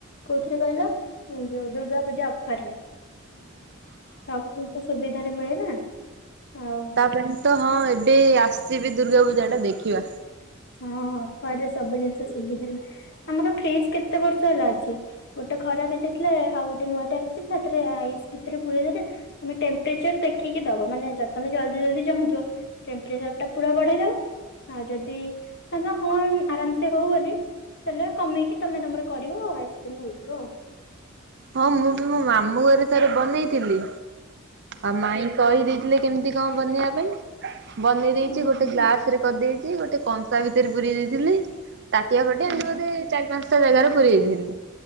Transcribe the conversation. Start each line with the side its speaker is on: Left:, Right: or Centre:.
Left: କୋଉଥିରେ କହିଲ ଯୋଉ ଦୁର୍ଗା ପୂଜା ଅଫର ରେ।
Right: <inaudible>
Left: ସବୁ ଜିନିଷ ସୁବିଧାରେ ମିଳେ ନା ଆଉ।
Right: ତା ପାଇଁ ତ ହଁ ଏବେ ଆସିବି ଦୁର୍ଗା ପୂଜା ଟା ଦେଖିବା।
Left: ହଁ ଅଫର ରେ ସବୁ ଜିନିଷ ସୁବିଧାରେ ଆମର ଫ୍ରିଜ କେତେ ବର୍ଷ ହେଲା ଅଛି। ଗୋଟେ ଖରାପ ହେଇଯାଇଥିଲା ଆଉ ଗୋଟେ ନୂଆ ଟେ ଆସିଛି ହେଥେରେ ଆଇସ୍ ଭିତରେ ପୁରଇ ଦେଲେ। ତମେ ଟେମ୍ପରେଚର ଦେଖିକି ଦବ ମାନେ ତମେ ଜଲଦି ଜଲଦି ଚାହୁଁଥିବ। ଟେମ୍ପରେଚରଟା ପୁରା ବଢେଇ ଦବ ଆଉ ଯଦି ତାଙ୍କ ହଁ ଆରାମ ସେ ହଉ ବୋଲି। ତାହାଲେ କମେଇକି ତମେ ତମର କରିବ ଆଇସ୍କ୍ରିମ ହେଇଯିବ ଆଉ।
Right: ହଁ ମୁଁ ବି ମୋ ମାମୁଁ ଘରେ ଥରେ ବନେଇଥିଲି ଆଉ ମାଇଁ କହିଦେଇଥିଲେ କେମିତି କଣ ବନେଇବା ପାଇଁ ବନେଇ
Left: ଓହୋ
Right: ଦେଇେଇଛି ଗୋଟେ ଗ୍ଲାସ ରେ କରିଦେଇଛି ଗୋଟେ କଂସା ଭିତରେ ପୁରରେଇ ଦେଇଥିଲି ତାଟିଆ ଫାଟିଆ ଏମିତି
Left: ଓହୋ।
Right: ବୋଧେ ଚାରି ପାଞ୍ଚଟା ଜାଗାରେ ପୁରେଇ ଦେଇଥିଲି।